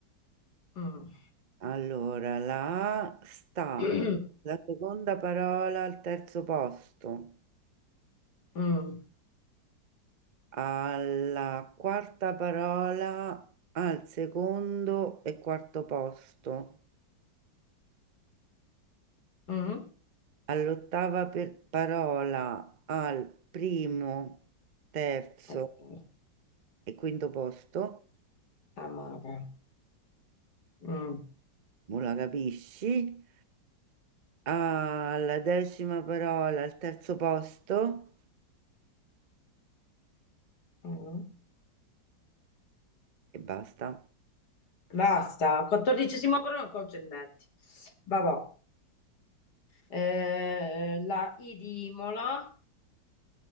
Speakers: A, on the left; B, on the right.
A: Mm.
B: Allora, la A sta,
A: <clears throat>
B: la seconda parola al terzo posto.
A: Mm.
B: alla quarta parola, al secondo e quarto posto,
A: Mm.
B: all'ottava per- parola, al primo, terzo
A: Ecco,
B: e quinto posto,
A: Amava. Mm.
B: non la capisci, alla decima parola, al terzo posto
A: Mm.
B: e basta.
A: Basta, quattordicesima parola non concernenti. Vabbò. Eh, la I di Imola.